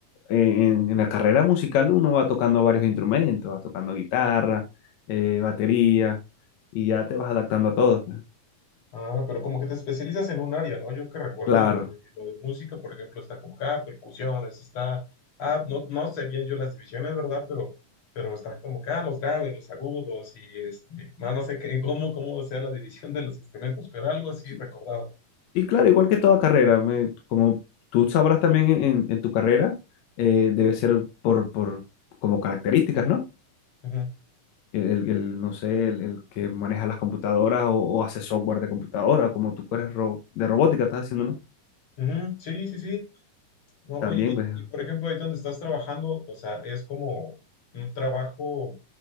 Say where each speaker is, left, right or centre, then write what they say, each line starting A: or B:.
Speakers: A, on the left; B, on the left.
A: en, en la carrera musical uno va tocando varios instrumentos, va tocando guitarra, eh, batería, y ya te vas adaptando a todo. pues.
B: Ah, pero como que te especializas en un área, ¿no? Yo que recuerde
A: Claro.
B: lo de, lo de música, por ejemplo, está como que, ah, percusiones, está, ah, no, no sé bien yo las divisiones, ¿verdad? Pero, pero está como que, ah, los graves, los agudos y este, no, no sé qué, <laughs> cómo, cómo sea la división de los instrumentos, pero algo así
A: Sí.
B: recordaba.
A: Y claro, igual que toda carrera, me- como tú sabrás también en, en- en tu carrera, eh, debe ser por, por como características, ¿no?
B: Ujú,
A: El, el- el, no sé, el, el que maneja las computadoras o, o hace software de computadora, como tú que eres ro- de robótica, estás haciendo, ¿no?
B: ujú, sí, sí, sí. No,
A: También,
B: oye, y,
A: pues,
B: y, por ejemplo, ahí donde estás trabajando, o sea, es como un trabajo,